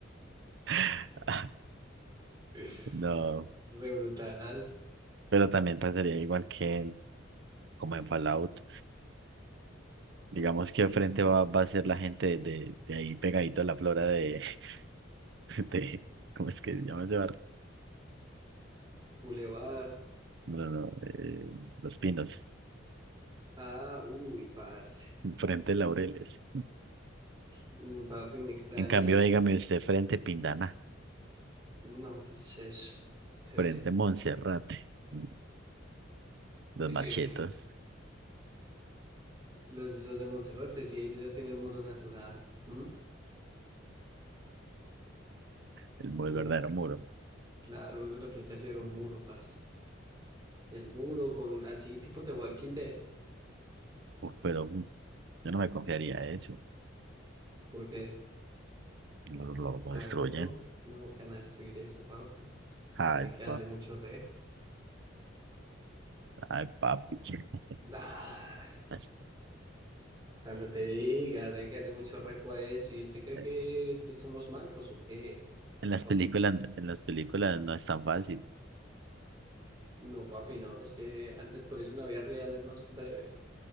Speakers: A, on the right; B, on the right.
A: <laughs>
B: <laughs>
A: No,
B: Re brutal,
A: pero también pasaría igual que como en Fallout. Digamos que frente va, va a ser la gente de, de, ahí pegadito a la flora de, <laughs> de, ¿cómo es que se llama ese barrio?
B: Boulevard.
A: No, no, no, eh, Los Pinos,
B: Ah, uy, parce.
A: frente Laureles.
B: Qué- mm, Papi, me extrañas.
A: En cambio, dígame usted, frente Pindana.
B: No, qué es eso. <laughs>
A: frente a Monserrate, los
B: Eh,
A: machetas,
B: Los, los de Monserrate, sí, ellos ya tienen muro natural. ¿m?
A: el, mu-
B: Cl-
A: el verdadero muro.
B: claro, eso es lo que hay que hacer, un muro, parce. El burro con así tipo de Walking Dead,
A: Uf, pero mm, yo no me confiaría de eso.
B: porque
A: Lo, lo- lo
B: claro,
A: destruyen.
B: no van a destruir eso, papi.
A: Ay,
B: Tienen que darle
A: pa-
B: mucho rejo.
A: ay, papi. <laughs>
B: Nah,
A: Las-
B: cuando te diga, tienen que darle mucho rejo a eso. ¿Y usted cree
A: eh,
B: que es que somos macos o qué?
A: En las
B: Pap-
A: películas, en las películas no es tan fácil.
B: no, papi, no. Es que antes por eso una vida real es más breve.